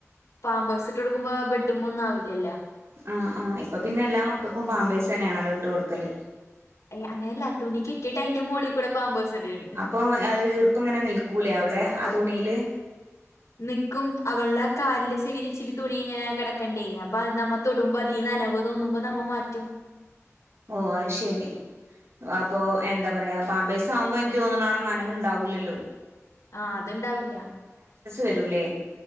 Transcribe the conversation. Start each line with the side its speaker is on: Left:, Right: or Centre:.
Left: പാമ്പഴ്സ് ഇട്ട് കൊടുക്കുമ്പോ ബെഡും ഒന്നും ആാവില്ലല്ലോ
Right: ആ ആഹ്പ്പ പിന്നെ എല്ലാ മക്കൾക്കും പാമ്പൈസ് തന്നെയാണല്ലോ ഇട്ട് കൊടുക്കല്
Left: അയ് അങ്ങെയല്ല തുണി കെട്ടീട്ട് അയിന്റെ മോളി കൂടെ പാമ്പേഴ്സ് ഇടുകയാണ്
Right: അപ്പൊ അ ഈർപ്പങ്ങനെ നിൽക്കൂലേ അവിടെ ആ തുണിയില്?
Left: നിക്കും അവള കാലിന്റെ സൈഡൽ ഇച്ചിരി തുണി ഇങ്ങനെ കിടക്കണ്ടേ അപ്പൊ അത് നമ്മ തൊടുമ്പോ അീ നനവ് തോന്നുമ്പോ നമ്മ മാറ്റും
Right: ഓ അശരി ആ അപ്പൊ എന്താ പറയാ പാമ്പേഴ്‌സാവുമ്പൊ എനിക്ക് തോന്നുന്നാണ നനവുണ്ടാവൂല്ലല്ലോ
Left: ആഹ് അത്ണ്ടാവില്ല
Right: വരൂലേ